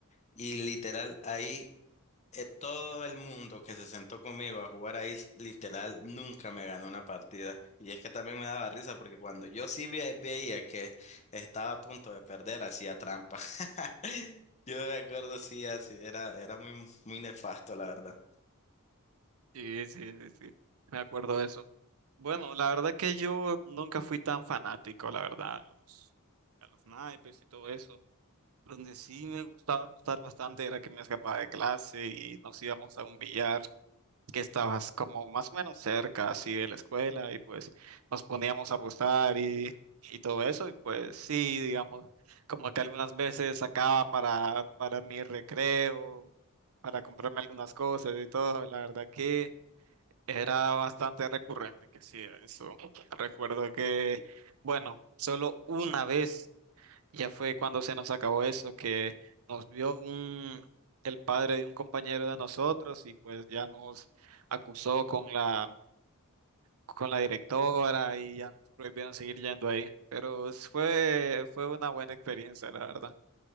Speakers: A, on the left (about 30°); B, on the right (about 75°).
A: Y literal, ahí. eh, todo el mundo que se sentó conmigo a jugar ahí, literal, nunca me ganó una partida. Y es que también me daba risa porque cuando yo sí ve- veía que estaba a punto de perder, hacía trampa. <laughs> Yo me acuerdo, sí, así, era, era muy, muy nefasto, la verdad.
B: Sí, sí, sí, sí, me acuerdo de eso. Bueno, la verdad que yo nunca fui tan fanático, la verdad, a los, a los naipes y todo eso. Donde sí me gustaba apostar bastante era que me escapaba de clase y nos íbamos a un billar que estabas como más o menos cerca así de la escuela y pues nos poníamos a apostar y, y todo eso y pues sí, digamos, como que algunas veces sacaba para, para mi recreo, para comprarme algunas cosas y todo, la verdad que... Era bastante recurrente que hacía eso. Recuerdo que, bueno, solo una vez, ya fue cuando se nos acabó eso, que nos vio un, el padre de un compañero de nosotros y pues ya nos acusó con la, con la directora y ya nos prohibieron seguir yendo ahí. Pero es- fue, fue una buena experiencia, la verdad.